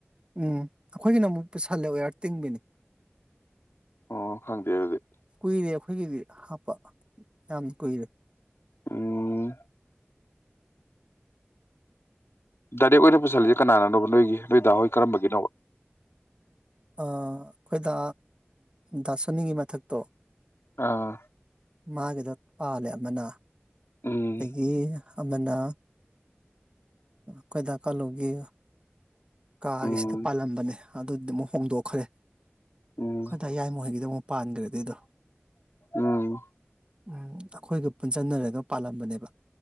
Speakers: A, on the right (about 25°); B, on the left (about 70°).
A: ꯎꯝ ꯑꯩꯈꯣꯏꯒꯤꯅ ꯑꯃꯨꯛ ꯄꯨꯁꯤꯜꯂꯦ ꯑꯣꯌꯥꯔ ꯇꯤꯡꯕꯤꯅꯤ
B: ꯑꯣ ꯈꯪꯗꯦ ꯑꯗꯨꯗꯤ
A: ꯀꯨꯏꯔꯦ ꯑꯩꯈꯣꯏꯒꯤꯗꯤ ꯍꯥꯞꯄ ꯌꯥꯝ ꯀꯨꯏꯔꯦ
B: ꯎꯝ ꯗꯥꯏꯔꯦꯛ ꯑꯣꯏꯅ ꯄꯨꯁꯤꯜꯂꯤꯁꯦ ꯀꯅꯥꯅꯅꯣꯕ ꯅꯣꯏꯒꯤ ꯅꯣꯏꯗꯥ ꯍꯣꯏ ꯀꯔꯝꯕꯒꯤꯅꯣꯕ
A: ꯑꯩꯈꯣꯏꯗ ꯗꯥꯁꯣꯅꯤꯒꯤ ꯃꯊꯛꯇꯣ
B: ꯑꯥ
A: ꯃꯥꯒꯤꯗ ꯄꯥꯜꯂꯦ ꯑꯃꯅ
B: ꯎꯝ
A: ꯑꯠꯇꯗꯒꯤ ꯑꯃꯅ ꯀꯈꯣꯏꯗ ꯀꯂꯨꯒꯤ ꯀꯥꯒꯤꯁꯤꯗ
B: ꯎꯝ
A: ꯄꯥꯜꯂꯝꯕꯅꯦ ꯑꯗꯨꯗꯤ ꯑꯃꯨꯛ ꯍꯣꯡꯗꯣꯛꯈ꯭ꯔꯦ
B: ꯎꯝ
A: ꯈꯣꯏꯗꯥꯏ ꯌꯥꯏ ꯍꯩꯒꯤꯗ ꯑꯃꯨꯛ ꯄꯥꯟꯈ꯭ꯔꯦ ꯑꯗꯨꯗꯣ
B: ꯎꯝ
A: ꯎꯝ ꯑꯩꯈꯣꯏꯒ ꯄꯨꯟꯁꯤꯟꯅꯔꯒ ꯄꯥꯜꯂꯝꯕꯅꯦꯕ